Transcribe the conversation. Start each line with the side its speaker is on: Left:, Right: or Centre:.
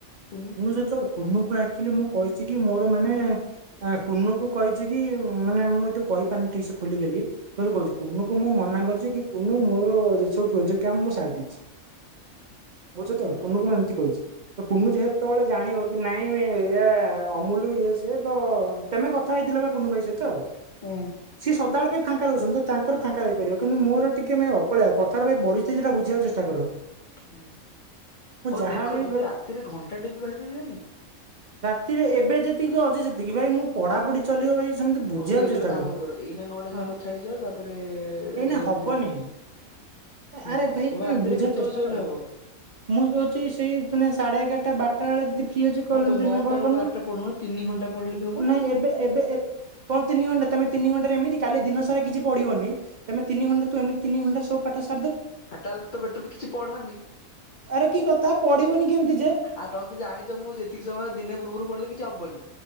Left: କୁନୁ।
Right: ସହିତ କୁନୁକୁ ଆକ୍ଚୁଆଲି ମୁଁ କହିଛି କି ମୋର ମାନେ ଆ କୁନୁକୁୁ କହିଛି କି, ମାନେ ମୁଁ ଏ ତୁ କହିପାରୁନି ଠିକ ସେ ଖୋଲିଖାଲ କିଏ କହିଲି କହୁଚି କୁନୁ କୁ ମୁଁ ମନା କରିଛି କି କୁନୁ ମୋର ସବୁ ପ୍ରୋଜେକ୍ଟ କାମ ମୁଁ ସାରି ଦେଇଛି। <inaudible> ବୁଝୁଚ
Left: ହଁ।
Right: କୁନୁକୁ ମୁଁ ଏମତି କହିଛି। ତ କୁନୁ ଯେହେତବେଳେ ଜାଣିବ କି ନାଇଁବେ ଏଇୟା ଆ ଅମୁଲ ଇଏ ସିଏ ତ ତମେ କଥା ହେଇଥିଲ ବା କୁନୁ ଭାଇ ସହିତ।
Left: ହଁ
Right: ସିଏ ସଦାବେଳେ ଫାଙ୍କା ରହୁଛନ୍ତି ତ ତାଙ୍କର ଫାଙ୍କା ହେଇପାରିବ। କିନ୍ତୁ ମୋର ଟିକେ ଭାଈ ଅକଳିଆ କଥାଟା ଭାଈ ପରିସ୍ଥିତି ଟା ବୁଝିବାକୁ ଚେଷ୍ଟା କର।
Left: ହୁଁ
Right: ମୁଁ
Left: ହଉ
Right: ଯାହାହେଲେ
Left: ଦେଖ ଯଦି
Right: ବି
Left: ରାତିରେ ଘଣ୍ଟାଟେ ବି ବାହାରି ପାରିବାନି।
Right: ସେଥିରେ ଏବେ ଯେତିକି ଅଛି ସେତିକି, ଭାଇ ମୁଁ ପଢାପଢି ଚାଲିବ ଭାଇ ସେମିତି ବୁଝିବାକୁ
Left: ହଉ ଠିକ ଅଛି
Right: ଚେଷ୍ଟା
Left: ଗୋଟେ କାମ କର। ଏଇନା ନଅଟା
Right: ହଁ
Left: ଯାଏ କଥା ହେଇଯାଅ, ତାପରେ
Right: ଏଇନା
Left: ଦି
Right: ହବନି
Left: ଘଣ୍ଟା ତିନି ଘଣ୍ଟା ହୁଁ
Right: ଆରେ
Left: ହୁଁ
Right: ଭାଇ
Left: ତମେ
Right: ତୁମେ
Left: ରାତିରେ
Right: ବୁଝ
Left: କେତେବେଳେ
Right: ଚେଷ୍ଟା
Left: ଶୋଇଲେ
Right: କର।
Left: ହବ?
Right: ମୁଁ କହୁଛି ସେଇ ମାନେ ସାଢେ ଏଗାରଟ ବାରଟା ବେଳେ ଯଦି ଫ୍ରି ଅଛି, କଲ
Left: ହଁ ତ
Right: ତମେ
Left: ନଅଟା
Right: କଲ
Left: ରୁ
Right: କରୁନ
Left: ବାରଟା ପଢୁନ ତିନି ଘଣ୍ଟା ପଢିଲେ ବି ହବନି
Right: ନାଇଁ ଏବେ ଏବେ ଏ କଣ ତିନି ଘଣ୍ଟା ତମେ ତିନି ଘଣ୍ଟାରେ ଏମିତି କାଲି ଦିନ ସାରା କିଛି ପଢିବନି। ତମେ ତିନି ଘଣ୍ଟ ତୁ ଏମିତିି ତିନି ଘଣ୍ଟାରେ ସବୁପାଠ ସା
Left: ଆଉ ତାହେଲେ ତ ବେଟର ହବ କିଛି ପଢନି।
Right: ଆରେ କି କଥା ପଢିବନି କେମିତି ଯେ
Left: ଆଉ ତମେ ତ ଜାଣିଛ ମୁଁ ଯେତିକି ସମୟ ଦିନେ ପୂର୍ବରୁ ପଢିଲେ କିଛିହବନି।